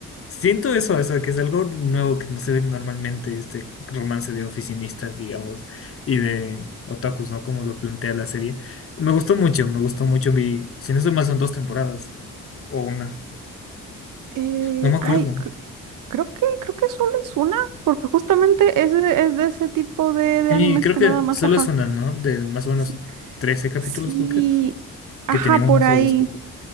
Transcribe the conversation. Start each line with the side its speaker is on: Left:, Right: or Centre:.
Left: siento eso, eso, que es algo nuevo que no se ve normalmente, este romance de oficinistas, digamos, y de otakus, ¿no? Como lo plantea la serie. Me gustó mucho, me gustó mucho. Vi, si no estoy mal, son dos temporadas o una,
Right: Eh,
Left: no me acuerdo.
Right: ay, Creo que, creo que solo es una, porque justamente es, de- es de ese tipo de, de
Left: Sí,
Right: animes
Left: creo
Right: que
Left: que
Right: nada más,
Left: solo
Right: ajá.
Left: es una, ¿no? De más o menos
Right: s-
Left: trece capítulos,
Right: Sí,
Left: creo que es,
Right: ajá,
Left: que tenía
Right: por
Left: unas
Right: ahí.
Left: obras por ahí.